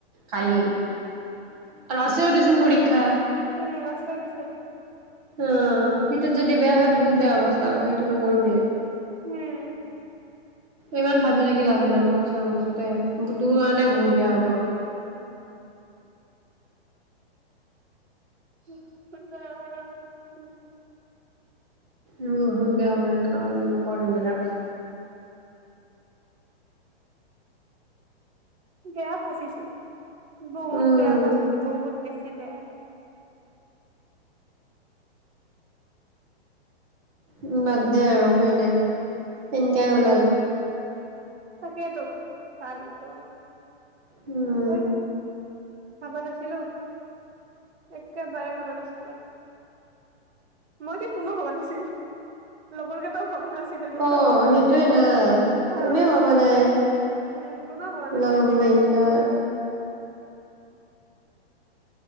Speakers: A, on the right; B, on the right.
A: কালি আৰু আছেও
B: উম
A: দেচোন পৰীক্ষা।
B: উম আছে দেচোন।
A: অ' সেইটোত যদি বেয়া হয় বহুত বেয়া অৱস্থা হ'ব সেইটো নকৰিবিয়ে।
B: উম।
A: ইমান ভাবি থাকি লাভ নাই মই ওচৰত কৈছো দেই তোৰ কাৰণে বহুত বেয়া হ'ব।
B: <unintelligible>
A: উ বহুত বেয়া হ'ব। এনেকুৱা নকৰিবি এইবিলাক।
B: বেয়া ফাচিছো, বহুত
A: উম
B: বেয়া ফাচিছো, বহুত বেছি বেয়া।
A: উম বাদ দে আৰু উপায় নাই সেনকাই ওলাল।
B: তাকেইতো ফালতো।
A: উম।
B: কোন ভাবা নাছিলোঁ। একেবাৰে ভাবা নাছিলোঁ। মই কি কোনেও ভাবা নাছিল লগৰ কেইটাও ভাবা নাছিল। এনেকুৱা
A: অ',
B: হ'ব বুলি
A: সেইটোয়ে না
B: হা
A: আমিও ভাবা নাই।
B: উম কোনেও ভবা নাছিল
A: লওঁ বুলি
B: বোলে
A: এনকা।